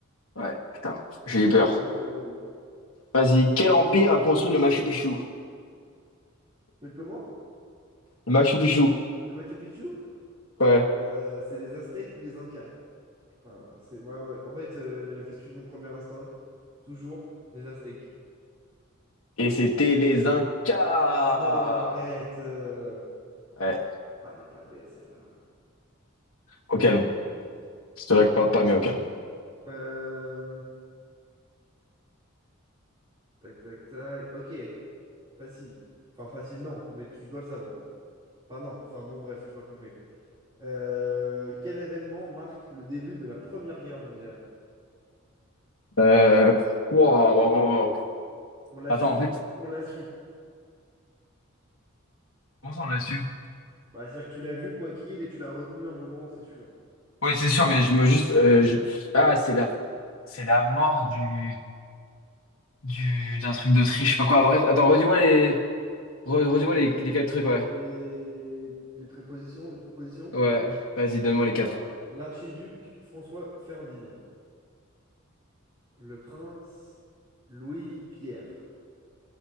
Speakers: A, on the left (about 70°); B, on the right (about 25°).
A: Ouais, putain, j'ai
B: Dans
A: eu peur.
B: le bon.
A: Vas-y, quel empire a construit le Machu Picchu?
B: Mais comment?
A: Le Machu Picchu.
B: Le Machu Picchu?
A: Ouais.
B: Euh, c'est les Aztèques ou les Incas? Putain, c'est bah ouais. En fait, euh, je vais suivre mon premier instinct. Toujours les Aztèques.
A: Et c'était les Incas!
B: Ah non, arrête. euh.
A: Ouais,
B: Ah, elle est pas belle celle-là.
A: au calme. Je te l'accorde pas, mais au calme.
B: Euh, Tac, tac, tac. Ok, facile. Enfin, facile, non, mais tu dois le savoir. Enfin, non. Enfin, bon, bref, tu m'as compris. Euh, Quel événement marque le début de la Première Guerre mondiale?
A: Euh... Wow, wow, wow, wow.
B: On l'a
A: Attends,
B: su.
A: en fait,
B: On l'a su.
A: comment ça on l'a su?
B: Bah, c'est-à-dire que tu l'as vu quoi qu'il et tu l'as retenu un moment, c'est sûr.
A: Oui, c'est sûr, mais je me juste. euh, je- Ah, c'est la... c'est la mort du... du... d'un truc d'Autriche, je sais pas quoi. Bref, attends, redis-moi les... re-
B: Tu veux
A: redis-moi
B: les,
A: les... les quatre
B: tu
A: trucs,
B: veux
A: ouais.
B: les... les prépositions, les propositions?
A: Ouais, vas-y, donne-moi les
B: Alors,
A: quatre.
B: l'archiduc François Ferdinand, le prince Louis-Pierre,